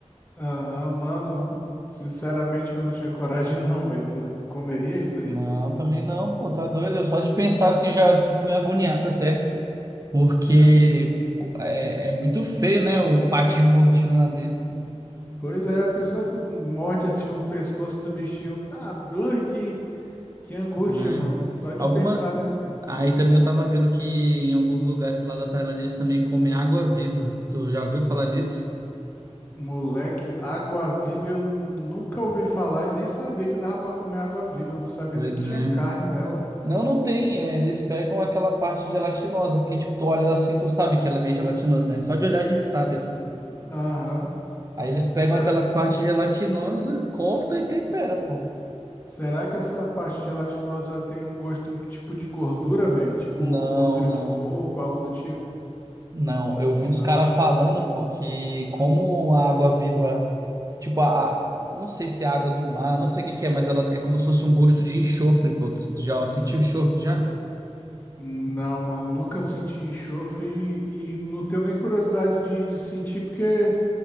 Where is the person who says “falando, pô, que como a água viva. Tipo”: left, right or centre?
Right